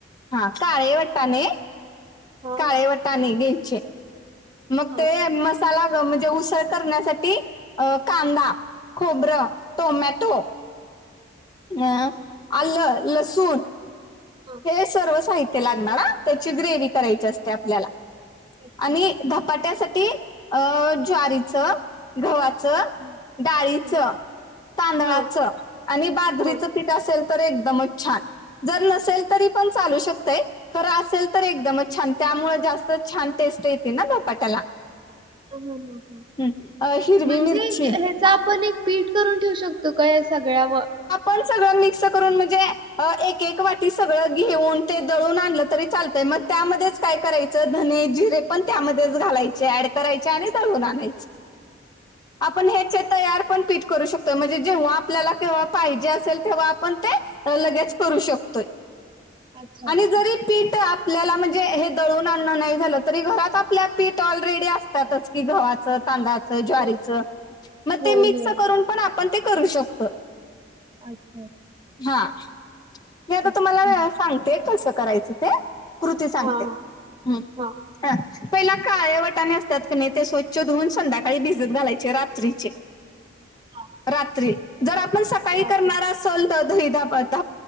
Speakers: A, on the left; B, on the right.
A: हा काळे वाट्टा न
B: हा
A: काळे वाट्ट. घ्यायचे मग
B: हा
A: ते मस्. म्हणजे उसळ करण्यासाठी कांदा खोबरं टोमॅटो अं आलं लसूण
B: हा
A: हे सर्व साहित्य लागणार त्याची ग्रेव करायची असते आपल्याला
B: अच्छा
A: आणि धपाट्यासाठी अ ज्वारीच गव्हाच
B: हं,
A: डाळीच
B: हा
A: तांदळाचं
B: हा
A: आणि बाजरीच
B: हा हा
A: असेल तर एकदमच छान जर नसेल तरी पण चालू शकतेय. खरं असेल तर एकदमच छान त्यामुळे जास्त छान टेस्ट येते ना दोपाट्याला
B: हा हा हा.
A: हम् अ हिरवी
B: म्हणजे
A: मिर्ची
B: हे- ह्याचा आपण एक पीठ करून ठेवू शकतो का या सगळ्या
A: प सगळं मिक्स करून म्हणजे एक एक वाटी सगळं घेऊन ते दळून आणलं तरी चालतय मग त्यामध्येच काय करायचं धने जिरे पण त्यामध्येच घालायचे ऍड करायचे आणि लून आणायचे.
B: ह.
A: आपण हे तयार पण पीठ करू शकतो. म्हणजे जेव्हा आपल्यालाव्हा पाहिजे असेल तेव्हा आपण ते
B: हा,
A: लगेच करू शकतोय.
B: अच्छा अच्छा
A: आणि जरी.
B: हा.
A: पीठ आपल्याला म्हणजे हे दळून आणणं नाही झालं तरी घरात आपल्या पीठ ऑलरेडी अस. की गव्हाच तांदळाचं. ज्वारीच
B: होय होय
A: मग ते मिक्स
B: होय होय
A: करून पण आपण ते करू शकतो..
B: अच्छा अच्छा.
A: हा. मी आता
B: ओके.
A: तुम्हाला सांगते कसं करायचं ते कृती सांगते.
B: हां, हां,
A: ह.
B: हां,
A: ह पहिला काळे्या वटाने असतात. क ते स्वच्छ धुवून संध्याकाळी भिजत घालायचे रात्रीचे.
B: हां.
A: रात्री जर आपण सकाळी
B: रात्री.
A: करणार असल. तर दही द ध.